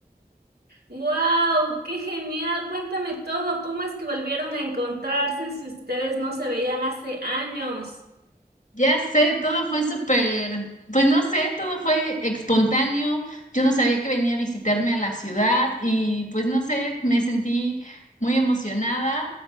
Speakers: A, on the right (about 80°); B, on the left (about 50°).
A: ¡Wow! ¡Qué genial! Cuéntame todo. ¿Cómo es que volvieron a encontrarse si ustedes no se veían hace años?
B: Ya sé, todo fue súper, pues no sé, todo fue espontáneo. Yo no sabía que venía a visitarme a la ciudad y pues no sé, me sentí muy emocionada